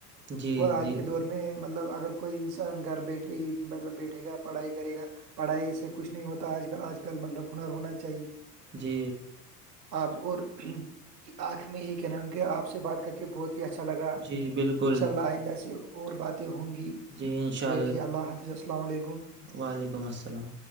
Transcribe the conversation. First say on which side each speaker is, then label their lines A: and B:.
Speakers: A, on the right; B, on the right.
A: جی
B: اور آج
A: جی
B: کے دور
A: جی
B: میں مطلب اگر کوئی انسان گھر بیٹھے ہی مطلب بیٹھے گا پڑھائی کرے گا پڑھائی سے کچھ نہیں ہوتا اج کل اجل ملب ہنر ہونا چاہیے
A: جی
B: آپ اور آخر میں یہی کہنا ہوں کہ آپ سے بات کر کے بہت اچھا لگا
A: جی بالکل
B: ان شاء اللہ آئندہ سے اور باتیں ہوں گی
A: جی ان شاء
B: بیٹھی اللہ حافظ السلام علیکم
A: وعلیکم السلام